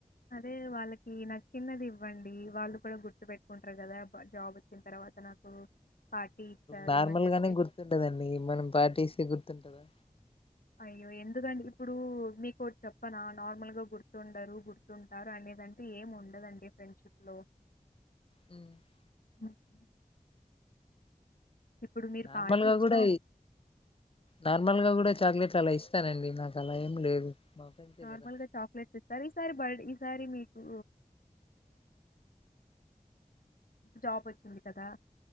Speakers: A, on the left; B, on the left.
A: అదే వాళ్ళకి న చిన్నది ఇవ్వండి వాళ్ళు కూడా గుర్తు పెట్టుకుంటారు కదా జాబ్ వచ్చిన తర్వాత నాకు పార్టీ ఇచ్చారు
B: నార్మల్
A: అని చెప్పేసి.
B: గానే గుర్తు ఉండదండి మనం పార్ట్ ఇస్తే గుర్తుంటందా
A: అయ్యో ఎందుకండి ఇప్పుడు మీకు ఒకటి చెప్పనా నార్మల్గా గుర్తుండరు గుర్తుంటారు అనేదంటు ఏం ఉండదండి ఫ్రెండ్షిప్ లో
B: హ్మ్ <unintelligible>
A: <inaudible> ఇప్పుడు మీరు
B: నార్మల్
A: పార్టీ
B: గా
A: ఇచ్చినా
B: కూడా నార్మల్గా కూడా చాక్లెట్ అలా ఇస్తానండి నాకు అలా ఏం లేదు మా ఫ్రెండ్సే
A: నార్మల్
B: కదా
A: గా చాక్లెట్స్ ఇస్తారు ఈసారి బయటికి ఈసారి మీకు జాబ్ వచ్చింది కదా